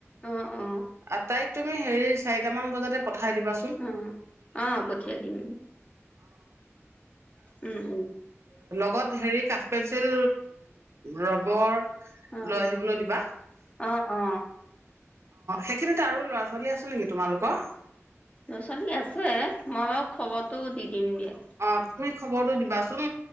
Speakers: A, on the left; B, on the right.
A: অ অ
B: আটাইক তুমি হেৰি চাৰিটামান বজাতে পঠাই দিবাচোন
A: অ অ পঠিয়াই দিম উম উম
B: লগত হেৰি কাঠপেঞ্চিল ৰব বৰ
A: অ
B: লৈ আহিবলৈ দিবা অ'
A: অ অ
B: সেইখিনিতে আৰু ল'ৰা ছোৱালী আছে নেকি তোমালোকৰ?
A: ল' ছোৱালী আছে মই বাৰু খবৰটো দি ইণ্ডিয়া
B: অঁ তুমি খবৰটো দিবাচোন,